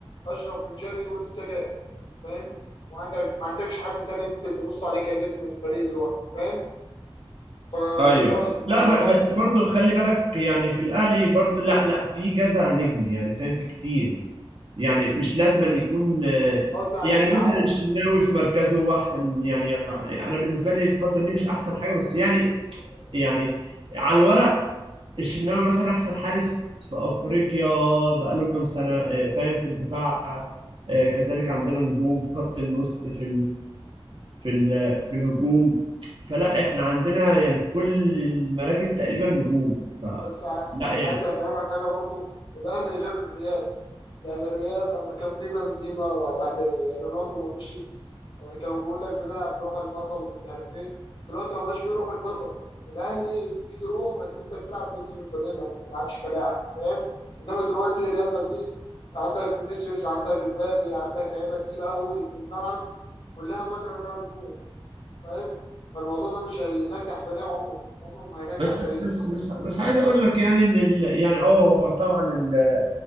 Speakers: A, on the left; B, on the right.
A: اشرف بن شرقي ولسه جاي فاهم وعندك ما عندكش حد تاني ممكن تبص عليه كنجم من الفريق دلوقتي فاهم فالموضوع
B: ايوه لا
A: فالموضوع
B: ب- بس برضو خلي بالك يعني في الاهلي برضو لا لا في كذا نجم يعني فاهم في كتير يعني مش لازم أن يكون آه،
A: قصدي على
B: يعني
A: اللي بيلعبه
B: مثلا الشناوي في مركزه هو احسن يعني انا بالنسبه لي الفتره دي مش احسن حاجه بس يعني يعني على الورق الشناوي مثلا احسن حارس في افريقيا بقاله كام سنه آه، فاهم في الدفاع آه، كذلك عندنا نجوم في خط النص في في ال- في الهجوم فلا احنا عندنا يعني في كل المراكز تقريبا نجوم فلا
A: بس ع-
B: يعني
A: عايز افهمك حاجه برضو الاهلي غير الريال يعني الريال لما كان في بنزيما وبعد رونالدو ما مشي يعني كانوا بيقول لك بنلعب بروح البطل ومش عارف ايه دلوقتي ما بقاش في روح البطل الاهلي في روح ان انت بتلعب باسم الفانيلا ما بتلعبش كلاعب فاهم انما دلوقتي ريال مدريد عندك فينيسيوس عندك امبابي عندك لعيبه تقيله قوي في الملعب كلها فاكره انها نجوم فاهم فالموضوع ده مش هينجح فريق عمره عمره ما هينجح
B: بس
A: فريق
B: بس بس بس عايز اقول لك يعني ان ال يعني اه هو طبعا ال-